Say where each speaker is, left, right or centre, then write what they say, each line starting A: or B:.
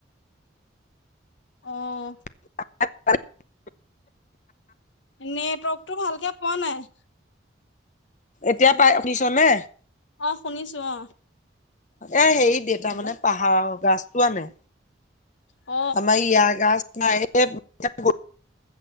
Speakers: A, on the left; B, on the left.
A: অঁ।
B: <inaudible>
A: নেটৱৰ্কটো ভালকে পোৱা নাই।
B: এতিয়া পায় শুনিছো নে?
A: অ' শুনিছো অ'।
B: এ' হেৰি দেউতা
A: হেল্ল'
B: মানে পাহাৰৰ গাছটো আনে
A: অ
B: আমাৰ ইয়াত। <inaudible>